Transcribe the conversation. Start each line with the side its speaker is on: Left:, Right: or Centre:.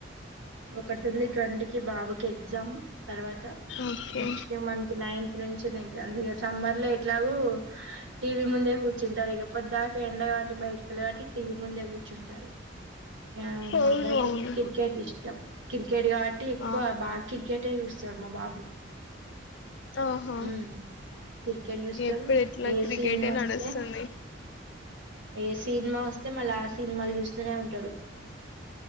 Right: ఒకటి ఉంది ట్వంటికిి బాబుకి ఎ గ్జామ్ తర్వాత
Left: ఓకే.
Right: నెక్స్ట్ మంత్ నైన్త్ నుంచి ఎగ్జామ్ సమ్మర్ లో ఇట్లాగు టీవీ ముందే కూర్చుంటారు ఇగ పొద్ద్దాకా ఎండ కాట్టి బయటికి వెళ్లారు కాబట్టి టీవీ ముందే కూర్చుంటారు ఆ మా
Left: అవును.
Right: అబ్బాయికి
Left: అవును.
Right: ఎక్కువ క్రికెట్ ఇష్టం కెట్ కాబట్టి ఎక్కువ
Left: ఆ!
Right: బాగా క్రికెటే చూస్తాడు మా బాబు
Left: ఆహా
Right: మ్మ్ క్రికెట్ చూస్తాడు
Left: ఎప్పుడు ఎట్లా
Right: ఏ
Left: క్రికెటే
Right: సినిమా
Left: నడుస్తుంది
Right: వస్తే ఏ సినిమా వస్తే మళ్ళా ఆ సినిమాలు చూస్తూనే ఉంటా